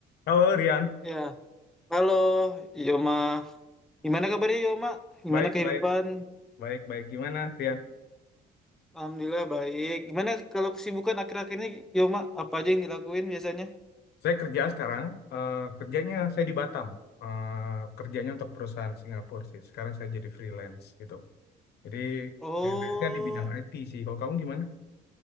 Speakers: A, on the left (about 75°); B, in the centre.
A: Halo Rian,
B: Ya, halo Yoma. Gimana kabarnya Yoma? Gimana
A: baik
B: kehidupan?
A: baik baik baik. Gimana Rian?
B: Alhamdulillah baik. Gimana kalau kesibukan akhir-akhir ini Yoma? Apa aja yang dilakuin biasanya?
A: Saya kerja sekarang. eh, kerjanya saya di Batam. Eh, kerjanya untuk perusahaan Singapura sih. Sekarang saya jadi freelance gitu. Jadi
B: Oh,
A: freelance-nya di bidang IT sih. Kalau kamu gimana?